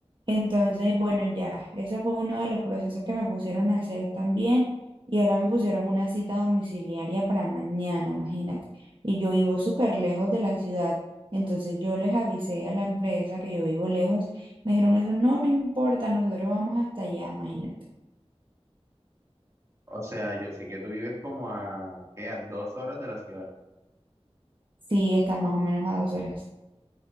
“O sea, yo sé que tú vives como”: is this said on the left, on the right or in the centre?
Right